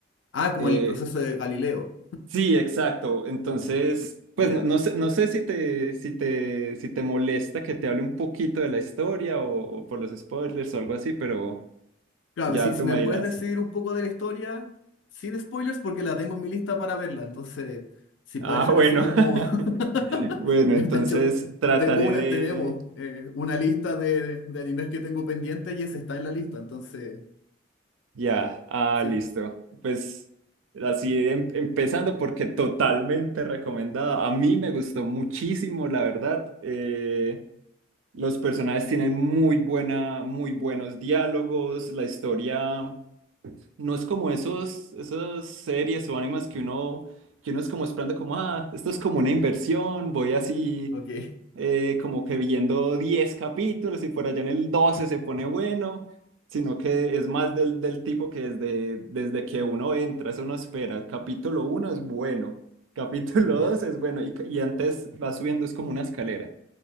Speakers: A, on the left; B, on the right.
A: Ah, como
B: Eh,
A: el proceso de Galileo.
B: Sí, exacto. Entonces, pues
A: Ya.
B: no, no sé, no sé si te, si te, si te molesta que te hable un poquito de la historia o, o por los spoilers o algo así, pero
A: Claro,
B: ya
A: si, si
B: tú me
A: me
B: dirás.
A: puedes decir
B: <clears throat>
A: un poco de la historia, sin spoilers, porque la tengo en mi lista para verla. Entonces, si
B: Ah,
A: puede ser
B: bueno.
A: así como.
B: <laughs>
A: <laughs>
B: Bueno,
A: De
B: entonces
A: hecho,
B: trataré
A: tengo una,
B: de...
A: tenemos eh, una lista de, de- de animes que tengo pendiente y ese está en la lista. Entonces,
B: Ya, ah,
A: sí.
B: listo. Pues así em- empezando porque totalmente recomendada. A mí me gustó muchísimo, la verdad. Eh, Los personajes tienen muy buena, muy buenos diálogos, la historia no es como esos, esas series o animes que uno, que uno es como esperando como, ah, esto es como una inversión, voy así
A: Ok. <laughs>
B: eh, como que viendo 10 capítulos y por allá en el 12 se pone bueno, sino que es más del, del tipo que desde, desde que uno entra, eso no espera. Capítulo uno es bueno, capítulo
A: Ya.
B: 2 es bueno y, y antes va subiendo, es como una escalera.